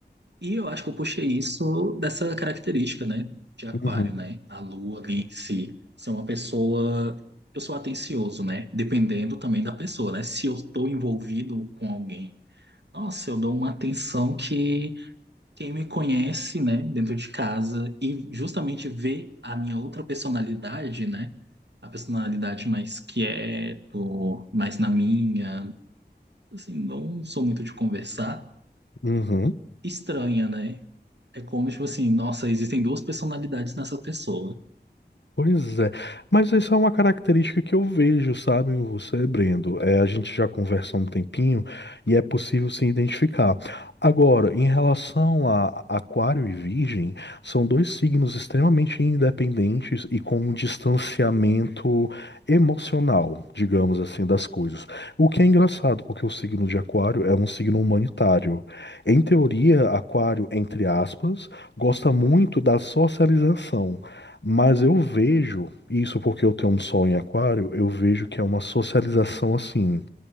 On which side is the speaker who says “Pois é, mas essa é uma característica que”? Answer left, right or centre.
Left